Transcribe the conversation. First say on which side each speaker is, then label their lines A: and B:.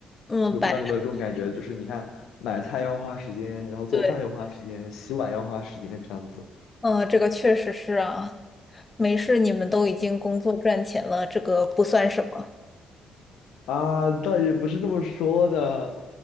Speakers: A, on the left; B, on the left.
A: 嗯，
B: 就不知道你们有这种感觉，
A: 白
B: 就是你看买菜要花时间，然后做饭要花时间，
A: 对，
B: 洗碗要花时间，这样子
A: 嗯，这个确实是啊。没事，你们都已经工作赚钱了，这个不算什么。
B: 啊，倒也不是这么说的，